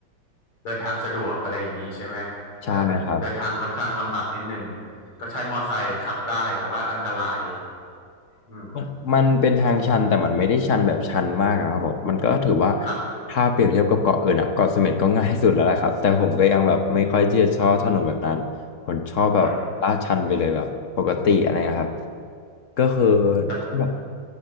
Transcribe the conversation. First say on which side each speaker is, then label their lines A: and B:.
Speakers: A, on the left; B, on the left.
A: เดินทางสะดวกอะไรอย่างนี้ใช่ไหมเอ่อเดินทางค่อนข้างลำบากนิดนึง
B: ใช่ครับ
A: ก็ใช้มอไซค์ขับได้แต่ว่าอันตรายอืม
B: มันมันเป็นทางชันแต่มันไม่ได้ชันแบบชันมากอะครับผมมันก็ถือว่า
A: ครับ
B: ถ้าเปรียบเทียบกับเกาะอื่นอะเกาะเสม็ดก็ง่ายสุดแล้วแหละครับแต่ผมก็ยังแบบไม่ค่อยที่จะชอบถนนแบบนั้นผมชอบแบบลาดชันไปเลยแบบปกติอะไรนะครับ
A: อืม
B: ก็คือ
A: แต่
B: แบบ